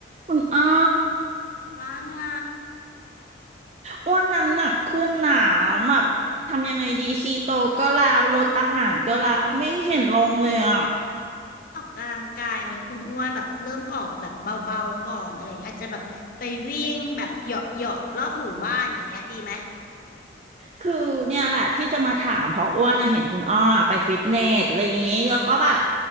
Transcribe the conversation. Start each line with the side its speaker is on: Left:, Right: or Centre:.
Right: คุณอ้อ
Left: ว่าไง
Right: อ้วนน้ำหนักขึ้นหนาแบบทำยังไงดีคีโตก็แล้วลดอาหารก็แล้วไม่เห็นลงเลยอ่ะ
Left: ออกกำลังกายไหมคุณอ้วนแบบเริ่มออกแบบเบาๆก่อนอะไรอย่างเงี้ยอาจจะแบบไปวิ่งแบบเหยาะเหาะรอบหมู่บ้านอย่างเงี้ยดีไหม
Right: คือเนี่ยแหละที่จะมาถามเพราะอ้วนน่ะเห็นคุณอ้อไปฟิตเนสอะไรอย่างงี้แล้วก็แบบ